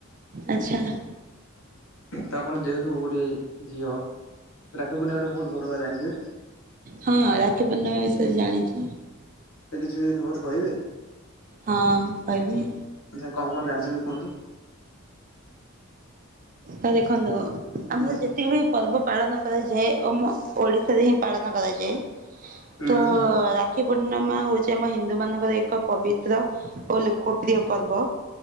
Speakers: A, on the right; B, on the left.
A: ଆଚ୍ଛା
B: ତ ଆପଣ ଯେହେତୁ ଗୋଟେ ଝିଅ, ରାକ୍ଷୀ ପୂର୍ଣ୍ଣିମାରେ ବହୁତ ଭଲ ଭାବରେ ଜାଣିଥିବେ।
A: ହଁ ରାକ୍ଷୀ ପୂର୍ଣ୍ଡମା ବିଷୟରେ ଜାଣିଛି।
B: ସେ ବିଷୟରେ କିଛି ମତେ କହିବେ?
A: ହଁ କହିବି
B: ଆଚ୍ଛା କଣ କଣ ଜାଣିଛନ୍ତି କୁହନ୍ତୁ?
A: ତ ଦେଖନ୍ତୁ ଆମର
B: ହୁଁ
A: ଯେତେ ଯେତିକି ବି ପର୍ବ ପାଳନ କରାଯାଏ ଆମ ଓଡ଼ିଶାରେ ହିଁ ପାଳନ କରାଯାଏ।
B: ଉହୁଁ
A: ତ ରା ରାକ୍ଷୀ ପୂର୍ଣ୍ଣିମା ହଉଛି ଆମ ହିନ୍ଦୁ ମାନଙ୍କର ଏକ ପବିତ୍ର ଓ ଲୋକପ୍ରିୟ ପର୍ବ।